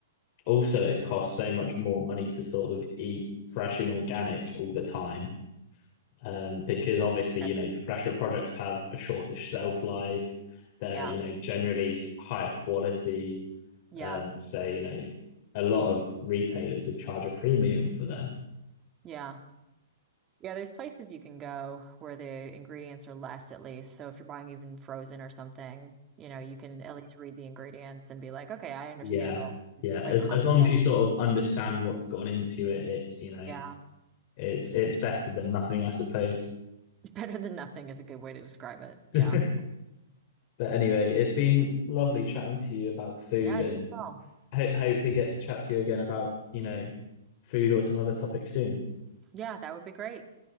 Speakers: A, on the left; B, on the right.
A: also it costs so much more money to sort of eat fresh and organic all the time um, because obviously you
B: Yeah.
A: know fresher products have a shorter shelf life they're
B: Yeah.
A: you know generally higher quality
B: Yeah.
A: um, so you know a lot of retailers would charge a premium for them
B: Yeah. Yeah, there's places you can go where the ingredients are less at least. So if you're buying even frozen or something, you know, you can at least read the ingredients and be like, okay, I understand
A: yeah
B: all this.
A: yeah as,
B: Like Costco.
A: as long as you sort of understand what's gone into it it's you know
B: Yeah.
A: it's it's better than nothing i suppose
B: <laughs> Better than nothing is a good way to describe it.
A: <laughs> but
B: Yeah.
A: anyway it's been lovely chatting to you about food
B: Yeah,
A: and
B: you as well.
A: ho- hopefully get to chat to you again about you know food or some other topic soon.
B: Yeah, that would be great.